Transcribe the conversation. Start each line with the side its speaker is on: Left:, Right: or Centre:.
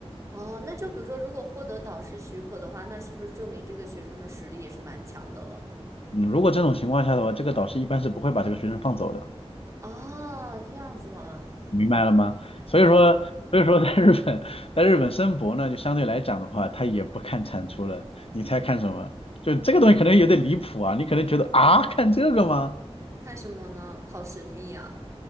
Right: 哦，那就比如说，如果获得导师许可的话，那是不是证明这个学生的实力也是蛮强的了？
Left: 嗯，如果这种情况下的话，这个导师一般是不会把这个学生放走的，
Right: 啊，这样子吗？
Left: 明白了吗？所以说，
Right: 啊。
Left: 所以说在日本，在日本申博呢，就相对来讲的话，他也不看产出了，你猜看什么？就这个东西可能有点离谱啊，你可能觉得啊，看这个吗？
Right: 看什么呢？好神秘啊